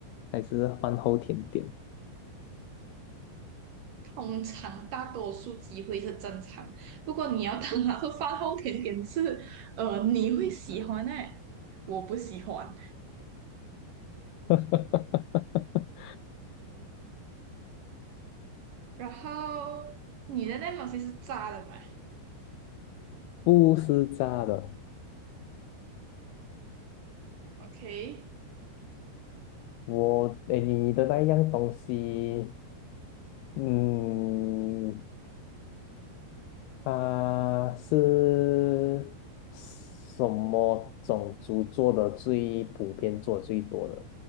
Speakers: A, on the left (about 80°); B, on the right (about 60°).
A: 还是饭后甜点？
B: 通常大多数机会是正常，不过你要当那是饭后甜点吃，呃，你会喜欢诶，我不喜欢。
A: <laughs>
B: 然后你的那东西是炸的嘛
A: 不是炸的。
B: ？OK，
A: 我，哎，你的那样东西，嗯，它是什么种族做的最普遍、做得最多的？